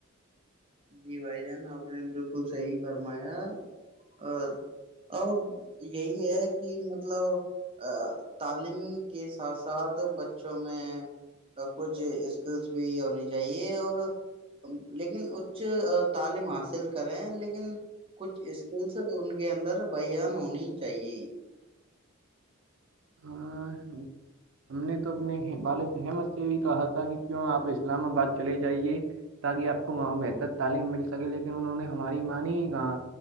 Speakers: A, on the right (about 25°); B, on the right (about 70°).
A: جی بھائی جان آپ نے بالکل صحیح فرمایا ا یہی ہے کہ مطلب تعلیم کے ساتھ ساتھ بچوں میں کچھ اسکلس بھی ہونی چاہیے اور لیکن کچھ تعلیم حاصل کرے ہیں لیکن کچھ اسکلس ان کے کے اندر بان ہونی چاہیے
B: ہاں ہم نے تو اپنے والد احمد سے بھی کہا تھا کہ کیوں آپ اسلام آباد چلے جائیے تاکہ آپ کو وہاں بہتر تعلیم مل سکے لیکن انہوں نے ہماری مان ہی کہا